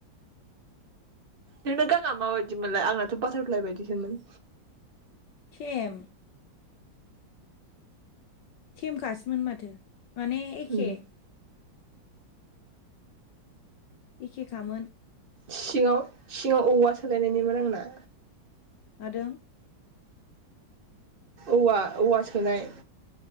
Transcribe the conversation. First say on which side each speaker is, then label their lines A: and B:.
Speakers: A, on the right; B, on the left.
A: नोंना गांङा माबायदिमोनलाय आंनाथ बाथारफ्लाय बायदिसोमोन
B: थेम थेमखासोमोन माथो माने एखे
A: उम
B: एखेखामोन
A: सिङाव सिङाव औवा सोलायनायनिमोन आंना
B: मादों?
A: औवा औवा सोनाय